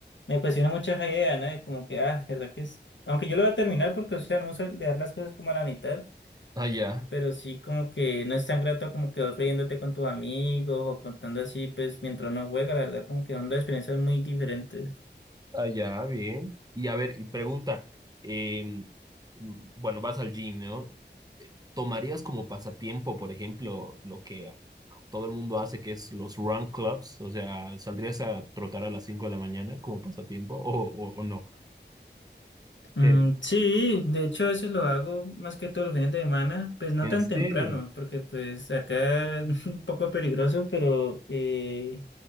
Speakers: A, on the left; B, on the right.
A: me cuestiona mucho esa idea, ¿no? De como que, ah, verdad que es, aunque yo lo voy a terminar porque, o sea, no uso dejar las cosas como a la mitad,
B: allá,
A: pero sí como que no es tan grato como que vos riéndote con tus amigos o contando así, pues mientras uno juega, la verdad como que son dos experiencias muy diferentes.
B: allá, bien. Y a ver, y pregunta, em, bueno, vas al gym, ¿no? ¿Tomarías como pasatiempo, por ejemplo, lo que a- a todo el mundo hace, que es los run clubs? O sea, ¿saldrías a trotar a las 5 de la mañana como pasatiempo o, o, o no?
A: Mm,
B: ¿Qué?
A: sí, de hecho eso lo hago más que todos los fines de semana, pues no
B: ¿En
A: tan
B: serio?
A: temprano, porque pues acá <laughs> es un poco peligroso, pero eh,